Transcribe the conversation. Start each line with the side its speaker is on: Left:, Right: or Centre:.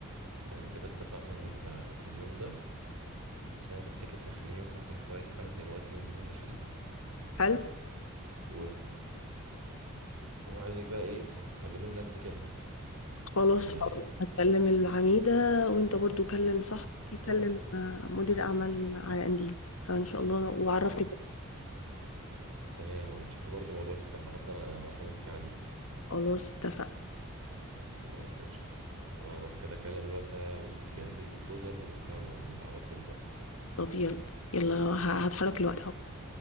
Right: يعني كده اتفقنا هيبقى في اليوم ده سعر التيكت نخليه 150 كويس فعلا زي ما قلتي ونجيب المشاريب
Left: حلو
Right: و... وعايزك بقى إيه هتكلمي لنا أنت كده
Left: خلاص
Right: إيه
Left: هكلم العميدة وانت برضو كلم صاحبك يكلم
Right: آه،
Left: آه، مدير اعمال على قنديل فان شاء الله وعرفني
Right: هتشوفي
Left: بقى.
Right: تمام وهتشوفي برضو موضوع السماعات ده أنا معتمد فيه عليكي
Left: خلاص اتفقنا
Right: خلاص قشطة أنا هروح كده أكلم الواد ده وأنت جهزي البروبوزال واطلعي للعميد على طول بقى
Left: طب يلا يلا ه- هتحرك الوقت اهو